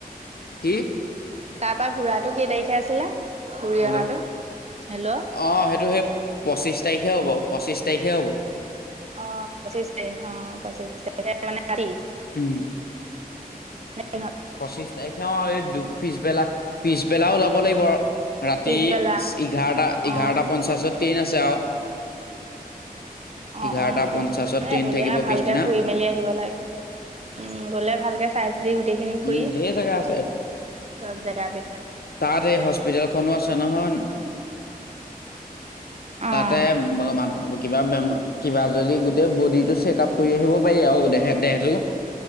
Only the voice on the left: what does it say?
কি
হেল্ল'
অ সেইটো সেই পঁচিশ তাৰিখে হ'ব পঁচিশ তাৰিখে হ'ব
উম
পঁচিছ তাৰিখে আৰু এই দুপ পিছবেলা পিছবেলা ওলাব লাগিব ৰাতি
এঘাৰটা
এঘাৰটা পঞ্চাছত ট্ৰেইন আছে আউ
এঘাৰটা
পঞ্চাছত
ট্ৰেইন
থাকিব
পিছদিনা
উম ঢেৰ জেগা আছে
তাত এই হস্পিতেলখনো আছে নহয় তাতে
মানুহ কিবা বেমাৰ কিবা যদি গোটেই বডি টো চেক আপ কৰি আহিব পাৰি আৰু দেহে দেহটো